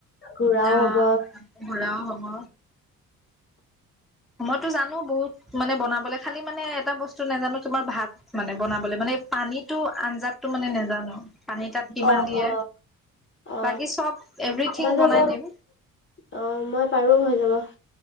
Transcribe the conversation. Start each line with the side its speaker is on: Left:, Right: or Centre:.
Left: ঘূৰাও
Centre: আৱ
Left: হ'ব
Centre: ঘূৰাও হব। মইতটো জানো বহুত মানে বনাবলে খালি মানে এটা বস্তু নাজানো তোমাৰ ভাত মানে বনাবলে মানে পানীতটো অন্দাছ টো মানে। নেজানো পানী তাত কিমান
Left: অ
Centre: দিয়ে,
Left: অ অ
Centre: বাকী চব এভিৰিথিং
Left: হৈ যাব
Centre: বনাই দিম।
Left: অ মই পাৰো হৈ যাব।